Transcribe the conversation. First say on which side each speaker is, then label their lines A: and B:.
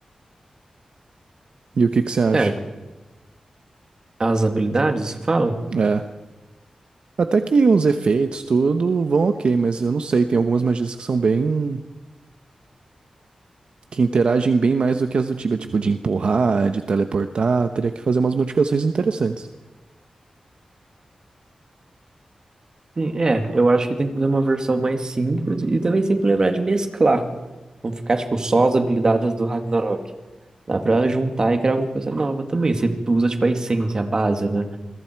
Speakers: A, on the right (about 60°); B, on the right (about 35°).
A: E o que que você acha?
B: É, as habilidades, você fala?
A: É. Até que os efeitos, tudo, vão ok, mas eu não sei, tem algumas magias que são bem. que interagem bem mais do que as do Tibia, tipo de empurrar, de teleportar, teria que fazer umas modificações interessantes.
B: Sim, é, eu acho que tem que fazer uma versão mais simples e também sempre lembrar de mesclar. Não ficar, tipo, só as habilidades do Ragnarok. Dá pra juntar e criar alguma coisa nova também. Você usa, tipo, a essência, a base, né?